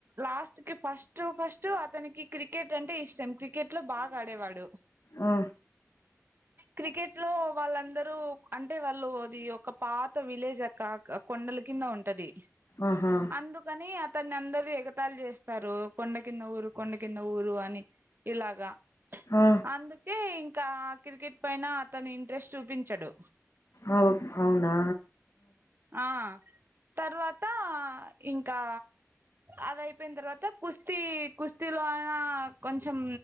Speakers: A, on the right; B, on the left.
A: లాస్ట్ కి ఫస్ట్ ఫస్ట్ అతనికి క్రికెట్ అంటే ఇష్టం క్రికెట్ లో బా గాడే వాడు
B: ఆ
A: క్రికెట్ లో వాళ్ళందరూ అంటే వాళ్ళు అది ఒక పాత విలేజ్ అక్క కొండల కింద ఉంటది
B: ఆహా
A: అందుకని అత న్ని అందరూ ఎగతాళి చేస్తారు కొండ కింద ఊరు కొండ కింద ఊరు అని ఇలాగా
B: ఆ
A: అందుకే ఇ క క్రికెట్ పైన అతను ఇంట్రెస్ట్ చూపించడు
B: అవు అవునా
A: ఆ తర్వాత ఇంకా అదయిపోయిన తర్వాత కుస్తీ కుస్తీలో ఆ కొంచెం